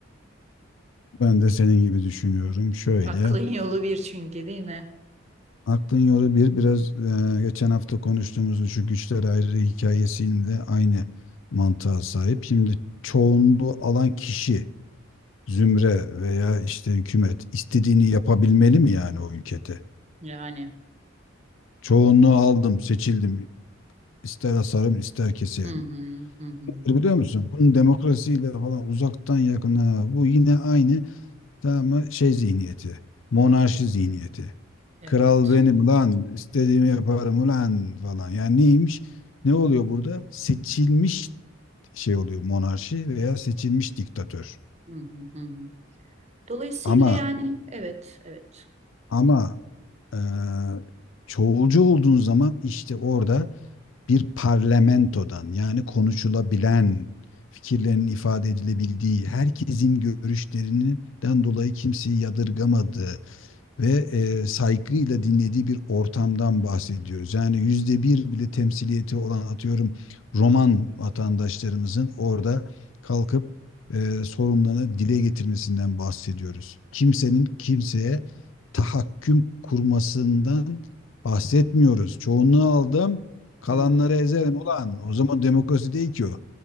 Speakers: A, on the left (about 70°); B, on the right (about 35°).
A: Ben de senin gibi düşünüyorum. Şöyle,
B: Aklın yolu bir çünkü değil mi?
A: aklın yolu bir biraz e, geçen hafta konuştuğumuz şu güçler ayrılığı hikayesinde aynı mantığa sahip. Şimdi çoğunluğu alan kişi, zümre veya işte hükümet istediğini yapabilmeli mi yani o ülkede?
B: Yani.
A: Çoğunluğu aldım, seçildim. İster asarım, ister keserim.
B: Hı hı hı hı.
A: E Biliyor musun? Bunun demokrasiyle falan uzaktan yakına bu yine aynı tamam mı? Şey zihniyeti. Monarşi zihniyeti.
B: Evet.
A: Kral benim lan, istediğimi yaparım ulan falan. Yani neymiş? Ne oluyor burada? Seçilmiş şey oluyor monarşi veya seçilmiş diktatör.
B: Hı hı hı. hı. Dolayısıyla
A: Ama
B: yani evet, evet.
A: ama eee çoğulcu olduğun zaman işte orada bir parlamentodan yani konuşulabilen, fikirlerin ifade edilebildiği, herkesin görüşlerinden dolayı kimseyi yadırgamadığı, ve e, saygıyla dinlediği bir ortamdan bahsediyoruz. Yani yüzde bir bile temsiliyeti olan atıyorum Roman vatandaşlarımızın orada kalkıp e, sorunlarını dile getirmesinden bahsediyoruz. Kimsenin kimseye tahakküm kurmasından bahsetmiyoruz. Çoğunluğu aldım, kalanları
B: Hı hı
A: ezerim
B: hı.
A: ulan. O zaman demokrasi değil ki o.